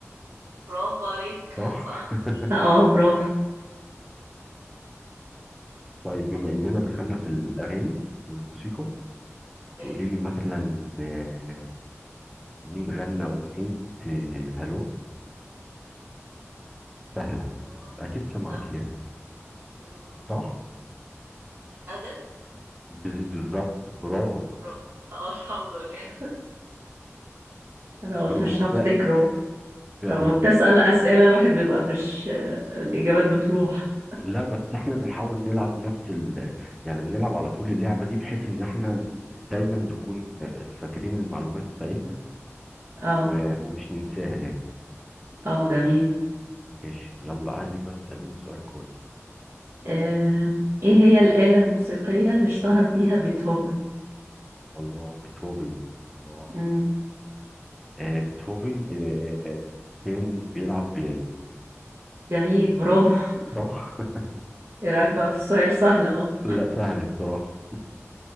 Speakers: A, on the right; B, in the centre.
A: برافو عليك
B: صح؟
A: صح
B: <laughs>
A: اه برافو
B: طيب بما اننا دخلنا في الاغاني والموسيقى
A: اوكي
B: تقولي لي مثلا آه، مين غنى اغنية آه، هلو سهلة
A: ألو.
B: اكيد سمعتيها
A: لا أمم،
B: صح؟
A: أدل
B: ب- بالظبط برافو
A: برافو اه الحمد لله انا
B: برافو
A: قلت مش
B: ف-
A: هفتكره
B: فعلا
A: لما بتسأل أسئلة الواحد بيبقى مش الإجابات بتروح
B: لا بس احنا بنحاول نلعب نفس ال يعني بنلعب على طول اللعبة دي بحيث ان احنا دايما نكون فاكرين المعلومات بتاعتنا
A: اه
B: و... ومش ننساها يعني
A: اه جميل
B: ماشي يلا عايزك بقى تسأليني سؤال كويس
A: آه. ايه هي الآلة الموسيقية اللي اشتهر بيها بيتهوفن
B: الله بيتهوفن واو
A: مم.
B: آه بيتهوفن آه كان بيلعب بيانو
A: جميل برافو <laughs>
B: صح؟
A: ايه رأيك بقى في السؤال سهل اهو
B: <laughs> لا سهل بصراحة